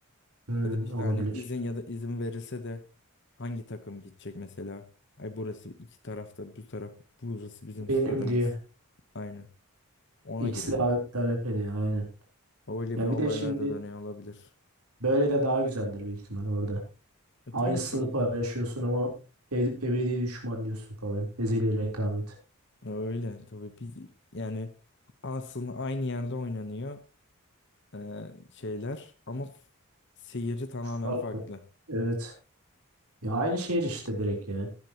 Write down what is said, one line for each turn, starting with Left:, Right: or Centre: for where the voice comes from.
Right: Hmm,
Left: Ya da işte
Right: olabilir.
Left: hani izin ya da izin verilse de hangi takım gidecek mesela? Ay burası iki tarafta bu taraf burası bizim
Right: Benim
Left: stadımız.
Right: diye.
Left: Aynı. Ona
Right: İkisi
Left: giriyorlar.
Right: de abi talep ediyor aynen.
Left: Öyle
Right: Ya
Left: bir olaylar
Right: bir de şimdi
Left: da dönüyor olabilir.
Right: böyle de daha güzeldir büyük ihtimalle orada.
Left: E,
Right: Aynı
Left: tabii
Right: stadı
Left: çok.
Right: paylaşıyorsun ama e- ebedi düşman diyorsun falan. Ezeli rekabet.
Left: Öyle tabii bir yani aslında aynı yerde oynanıyor e, şeyler ama f- seyirci tamamen
Right: Farklı.
Left: farklı.
Right: Evet. Ya aynı şehir işte direkt ya.